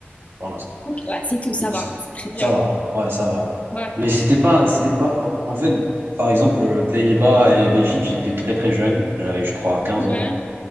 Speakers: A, on the right (about 75°); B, on the left (about 35°).
A: pour l'instant.
B: Ok, ouais, c'est tout,
A: Donc
B: ça va,
A: c-
B: c'est très bien.
A: ça va, ouais, ça va.
B: Ouais,
A: Mais c'était pas, c'était pas. En fait, par exemple, Pays-Bas et Belgique, j'étais très très jeune, j'avais je crois 15
B: ouais,
A: ans.